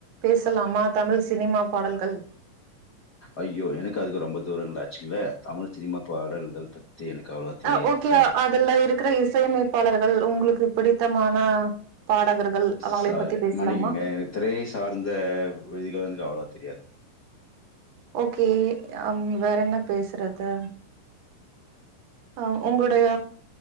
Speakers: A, on the right (about 75°); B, on the left (about 60°).
A: பேசலாமா தமிழ் சினிமா பாடல்கள்
B: ஐயோ எனக்கு அதுக்கு ரொம்ப தூரங்கள் ஆச்சுங்ளே தமிழ் சினிமா பாடல்கள் எனக்கு அவ்வளவா தெரியாதுங்களே
A: அ ஓகோ அதுல இருக்கிற இசையமைப்பாளர்கள் உங்ளுக்கு பிடித்தமான பாடகர்கள் அவங்கள
B: சார்
A: பத்தி பேசலாமா
B: மன்னிக்குங்க என திரை சார்ந்த விதிகள் வந்து அவ்ளோவா தெரியாது
A: ஓகே வேற என்ன பேசுறது அ உங்ளுடைய